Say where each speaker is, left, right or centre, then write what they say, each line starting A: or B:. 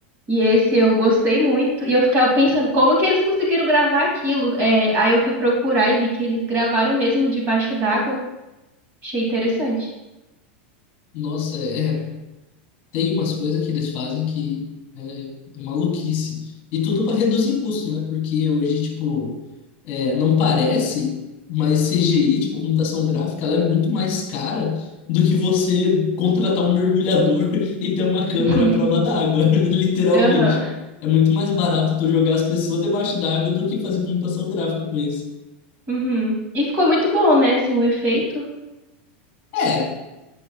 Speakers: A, on the right; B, on the left.
A: E esse eu gostei muito. E eu ficava pensando, como que eles conseguiram gravar aquilo? É, aí eu fui procurar e vi que eles gravaram mesmo debaixo d'água. Achei interessante.
B: Nossa, é, Tem umas coisas que eles fazem que é, é maluquice. E tudo para reduzir custo, né? Porque hoje, tipo, é, não parece, mas CGI, tipo, computação gráfica, ela é muito mais cara do que você contratar um mergulhador <laughs> e ter uma câmera
A: <laughs>
B: à prova d'água, <laughs> literalmente.
A: Aham.
B: É muito mais barato tu jogar as pessoas debaixo d'água do que fazer computação gráfica com isso.
A: Uhum. E ficou muito bom, né? Assim, o efeito.
B: é